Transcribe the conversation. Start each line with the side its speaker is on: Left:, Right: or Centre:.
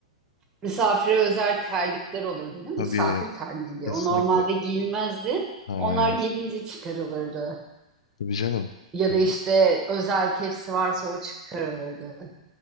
Right: Misafire özel terlikler olurdu değil mi?
Left: Tabii
Right: Misafir terliği diye.
Left: kesinlikle.
Right: O normalde giyilmezdi.
Left: Hayır.
Right: Onlar gelince çıkarılırdı.
Left: Tabii canım.
Right: Ya
Left: Hani,
Right: da işte özel tepsi varsa o çıkarılırdı.